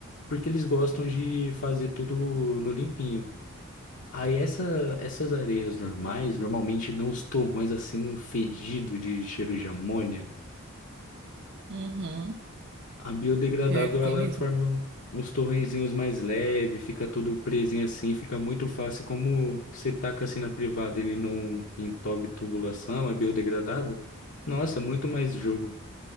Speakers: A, on the left; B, on the right.
A: Porque eles gostam de fazer tudo no limpinho. Aí essa, essas areias normais, normalmente dão uns torrões assim fedido de cheiro de amônia.
B: Uhum.
A: A biodegradável,
B: Pior que tem
A: ela
B: mesmo.
A: forma um, uns torrenzinhos mais leves, fica tudo presinho assim, fica muito fácil. Como você taca assim na privada, ele não entope tubulação, é biodegradável. Nossa, é muito mais jogo.